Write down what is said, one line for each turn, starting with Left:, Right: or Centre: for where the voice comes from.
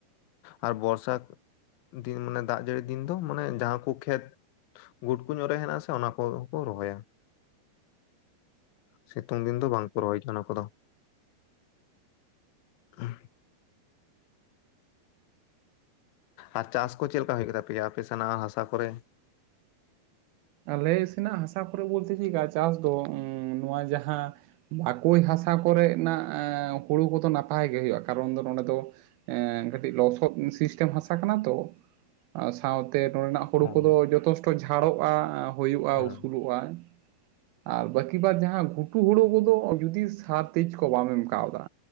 Left: ᱟᱨ ᱵᱚᱨᱥᱟ ᱫᱤᱱ ᱢᱟᱱᱮ ᱫᱟᱜ ᱡᱟᱹᱲᱤ ᱫᱤᱱ ᱫᱚ ᱢᱟᱱᱮ ᱡᱟᱦᱟᱸ ᱩᱱᱠᱩ ᱠᱷᱮᱛ ᱜᱩᱴᱠᱩ ᱧᱚᱜ ᱨᱮ ᱦᱮᱱᱟᱜ-ᱟ ᱥᱮ ᱚᱱᱟ ᱠᱚ ᱦᱚᱸ ᱠᱚ ᱨᱚᱦᱚᱭᱟ ᱥᱤᱛᱩᱝ ᱫᱤᱱ ᱫᱚ ᱵᱟᱝ ᱠᱚ ᱨᱚᱦᱚᱭ ᱠᱟᱱᱟ ᱚᱱᱟ ᱠᱚ ᱫᱚ ᱦ ᱟᱨ ᱪᱟᱥ ᱠᱚ ᱪᱮᱫ ᱞᱮᱠᱟ ᱦᱩᱭᱩᱜ ᱜᱮ ᱛᱟᱯᱮᱭᱟ ᱟᱯᱮ ᱥᱮᱱᱟᱜ ᱦᱟᱥᱟ ᱠᱚᱨᱮ
Right: ᱟᱞᱮ ᱥᱮᱱᱟᱜ ᱦᱟᱥᱟ ᱠᱚᱨᱮ ᱵᱚᱞᱛᱮ ᱪᱮᱫᱠᱟ ᱪᱟᱥ ᱫᱚ ᱱᱚᱣᱟ ᱡᱟᱦᱟᱸ ᱵᱟᱠᱳᱭ ᱦᱟᱥᱟ ᱠᱚ ᱨᱮᱱᱟᱜ ᱦᱩᱲᱩ ᱠᱚᱫᱚ ᱱᱟᱯᱟᱭ ᱜᱮ ᱦᱩᱭᱩᱜᱼᱟ ᱠᱟᱨᱚᱱ ᱫᱚ ᱱᱚᱸᱰᱮ ᱫᱚ ᱮ ᱠᱟᱹᱴᱤᱡ ᱞᱚᱥᱚᱫ ᱥᱤᱥᱴᱮᱢ ᱦᱟᱥᱟ ᱠᱟᱱᱟ ᱛᱚ ᱥᱟᱶᱛᱮ ᱱᱚᱸᱰᱮ ᱱᱟᱝ ᱦᱩᱲᱩ
Left: ᱚ
Right: ᱠᱚᱫᱚ ᱡᱚᱛᱷᱮᱥᱴᱚ ᱡᱷᱟᱲᱚᱜᱼᱟ ᱦᱩᱭᱩᱜᱼᱟ
Left: ᱦᱮᱸ
Right: ᱩᱥᱩᱞᱚᱜᱼᱟ ᱟᱨ ᱵᱟᱹᱠᱤ ᱵᱟᱫ ᱡᱟᱦᱟᱸ ᱜᱷᱩᱴᱩ ᱦᱳᱲᱩ ᱠᱚᱫᱚ ᱡᱩᱫᱤ ᱥᱟᱨ ᱛᱮᱡᱽ ᱠᱚ ᱵᱟᱢ ᱮᱢ ᱠᱟᱣᱫᱟ